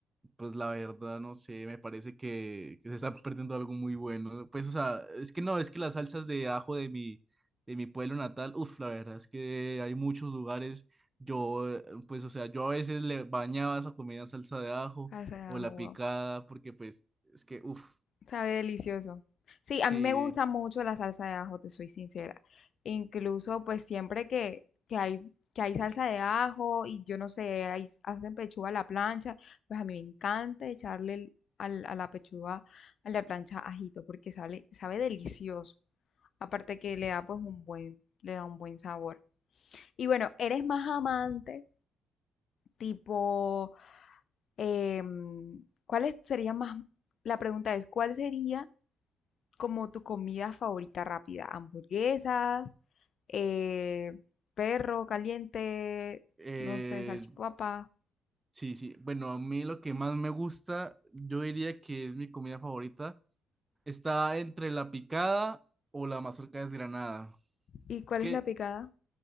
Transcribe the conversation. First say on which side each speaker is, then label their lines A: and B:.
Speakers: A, on the right; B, on the left.
A: Pues la verdad, no sé, me parece que, que se está perdiendo algo muy bueno. Pues, o sea, es que no, es que las salsas de ajo de mi, de mi pueblo natal, uff, la verdad es que hay muchos lugares. Yo, eh, pues, o sea, yo a veces le bañaba esa comida en salsa de ajo
B: Salsa de ajo,
A: o la
B: wow.
A: picada, porque, pues, es que, uff,
B: Sabe delicioso. Sí,
A: sí,
B: a mí me gusta mucho la salsa de ajo, te soy sincera. Incluso, pues siempre que, que hay, que hay salsa de ajo y yo no sé, ahí hacen pechuga a la plancha, pues a mí me encanta echarle el- al- a la pechuga, a la plancha ajito, porque sabe, sabe delicioso. Aparte que le da pues un buen, le da un buen sabor. Y bueno, eres más amante, tipo, em, ¿cuáles sería más? La pregunta es, ¿cuál sería? como tu comida favorita rápida? Hamburguesas, eh, perro caliente,
A: eh,
B: no sé, salchipapa.
A: sí, sí. Bueno, a mí lo que más me gusta, yo diría que es mi comida favorita, está entre la picada o la mazorca desgranada.
B: ¿Y cuál
A: Es que
B: es la picada?